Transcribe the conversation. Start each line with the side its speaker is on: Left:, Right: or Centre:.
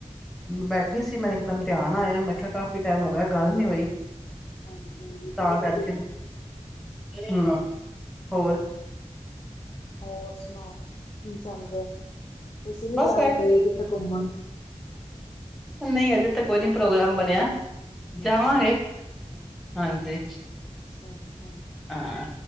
Centre: ਬੈਠੀ
Left: ਅੱਛਾ
Centre: ਸੀ ਮੈ ਇਕਦਮ ਧਿਆਨ ਆਇਆ ਮੈਂ ਕਿਹਾ ਕਾਫੀ ਟਾਈਮ ਹੋ ਗਿਆ ਗੱਲ ਨੀ ਹੋਈ
Left: ਹਾਂਜੀ ਹਾਂਜੀ
Centre: ਤਾਂ
Left: ਉਹ ਤੁਹਾਡੀ
Centre: ਕਰਕੇ ਹਮ ਹੋਰ
Left: ਹੋਰ ਸੁਣਾਓ ਕੀ ਚੱਲ ਰਿਹਾ ਤੁਸੀਂ ਨੀ
Centre: ਬਸ
Left: ਜਾਏ ਗਏ ਕਿਤੇ ਘੁੰਮਣ
Centre: ਨਹੀਂ ਅਜੇ ਤੇ ਕੋਈ ਨੀ ਪ੍ਰੋਗਰਾਮ ਬਣਿਆ ਜਾਵਾਂਗੇ
Left: ਅੱਛਾ ਅੱਛਾ
Centre: ਹਾਂਜੀ
Left: ਅੱਛਾ ਅੱਛਾ।
Centre: ਹਾਂ